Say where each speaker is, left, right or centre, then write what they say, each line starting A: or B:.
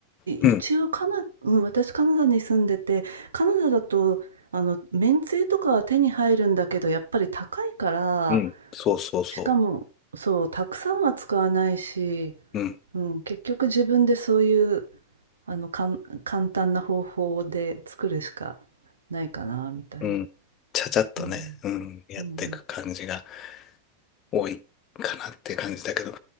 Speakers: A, on the left; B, on the right.
A: うん、
B: 一応カナ、うん、私カナダに住んでて、カナダだと、あの、めんつゆとかは手に入るんだけど、やっぱり高いから、
A: うん、そうそうそ
B: しかも、そう、たくさんは使わないし、
A: う。うん、
B: うん、結局自分でそういう、あの、かん、簡単な方法で作るしかないかな、みたいに。
A: うん。ちゃちゃっとね、
B: うん。
A: うん、やっていく感じが
B: うん
A: 多いかなって感じだけど。